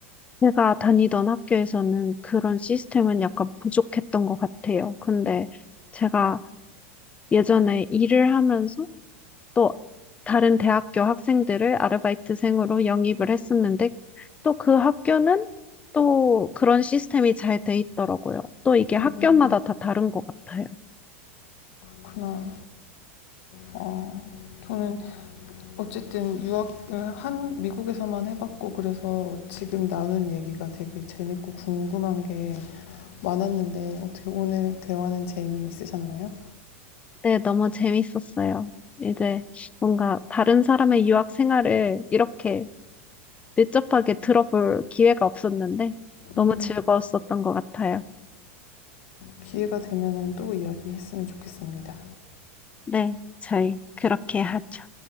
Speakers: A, on the left; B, on the left.
A: 제가 다니던 학교에서는 그런 시스템은 약간 부족했던 것 같아요. 근데 제가 예전에 일을 하면서 또 다른 대학교 학생들을 아르바이트생으로 영입을 했었는데 또 그 학교는 또 그런 시스템이 잘 돼 있더라고요. 또 이게
B: 음,
A: 학교마다 다 다른 것 같아요.
B: 그렇구나. 어, 저는 어쨌든 유학을 한 미국에서만 해봤고 그래서 지금 나눈 얘기가 되게 재밌고 궁금한 게 많았는데 어떻게 오늘 대화는 재미있으셨나요?
A: 네, 너무 재밌었어요. 이제 뭔가 다른 사람의 유학 생활을 이렇게 밀접하게 들어볼 기회가 없었는데 너무
B: 음,
A: 즐거웠었던 것 같아요.
B: 기회가 되면 또 이야기했으면 좋겠습니다.
A: 네, 저희 그렇게 하죠.